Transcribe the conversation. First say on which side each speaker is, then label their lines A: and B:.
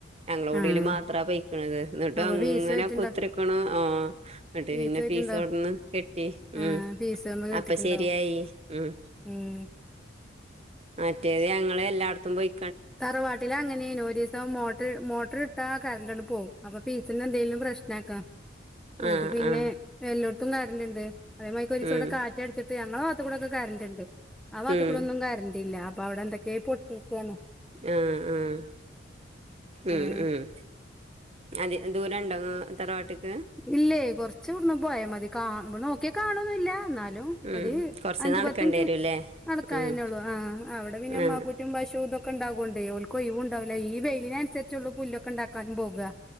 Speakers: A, on the right; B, in the centre.
A: ഞങ്ങള കുടില്
B: ആഹ്
A: മാത്രാ പൊയ്ക്കണത് എന്നിട്ട്
B: അപ്പൊ
A: അങ്ങനെ
B: ഫീസ് പോയിട്ടുണ്ടാവും
A: ഒത്തിരിക്കണ് ആഹ് ന്നിട്ട്
B: ഫീസ്
A: പിന്നെ
B: പോയിട്ടുണ്ടാവും
A: പീസോടന്ന് കെട്ടി
B: ആഹ്
A: ഉം
B: ഫീസ് ഒന്ന് കെട്ടിട്ടുണ്ടാവും
A: അപ്പൊ ശരിയായി ഉം
B: ഉം
A: മറ്റേത് ഞങ്ങള് എല്ലായിടത്തും പോയി
B: തറവാട്ടില് അങ്ങനേനു ഒരീസം മൊ- ട്ട് മോട്ടർ ഇട്ടാ കറണ്ടങ്ങ് പോവും അപ്പൊ ഫീസിനെന്തേലും പ്രശ്നാക്കാ- എന്നിട്ട്
A: ആ
B: പിന്നെ
A: ആ
B: എല്ലോടത്തും കറണ്ടുണ്ട് അതേമാരിക്ക് ഒരീസംടെ
A: ഉം
B: കാറ്റ് അടിച്ചിട്ട്- ഞങ്ങളെ വാത്തക്കൂടൊക്കെ കറണ്ട്ണ്ട്. ആ വാത്തക്കൂടൊന്നും
A: ഉം
B: കറണ്ടില്ല അപ്പൊ അവിടെ എന്തൊക്കേ പൊട്ടിക്കയാണ്
A: ആഹ് ആഹ് ഉം
B: അങ്ങനെ
A: ഉം അത് എന്തൂരം ഉണ്ടാവും തറവാട്ടക്ക്?
B: ഇല്ലേ കൊറച്ചൂട്ന്ന് പോയൽ മതി കാണ് നോക്കിയാ കാണൊന്നില്ല, എന്നാലും
A: ഉം
B: ഒരു
A: കൊറച്ച്
B: അഞ്ചു
A: നടക്കേണ്ടി
B: പത്തിനിറ്റ്
A: വരും അല്ലേ
B: നടക്കാൻ
A: ഉം
B: തന്നെ ഉള്ളൂ, ആഹ് അവിടെ പിന്നെ <unintelligible>
A: ആ
B: പശു- <unintelligible> ഓൾക്ക് ഒയിവ് ഉണ്ടാവില്ല, ഈ വെയിലിനനുരിച്ചുള്ള പുല്ലൊക്കെ ഉണ്ടാക്കാനും പോകുക